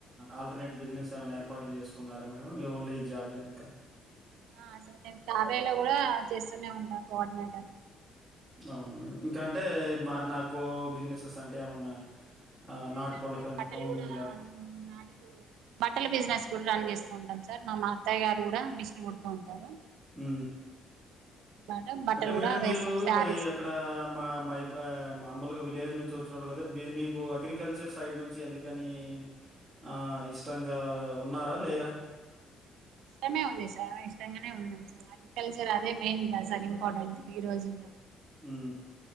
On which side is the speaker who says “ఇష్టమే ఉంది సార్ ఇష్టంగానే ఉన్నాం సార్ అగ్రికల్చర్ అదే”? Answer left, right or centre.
Right